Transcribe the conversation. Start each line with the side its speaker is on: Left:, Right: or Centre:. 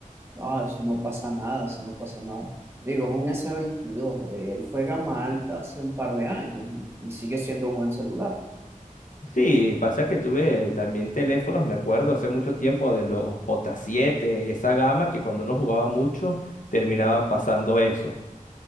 Right: Ah, eso no pasa nada, eso no pasa nada. Digo, es un s veintidós eh, él fue gama alta hace un par de años y, y sigue siendo un buen celular.
Left: Sí, pasa que tuve también teléfonos, me acuerdo hace mucho tiempo de los J7 y esa gama que cuando uno jugaba mucho terminaban pasando eso.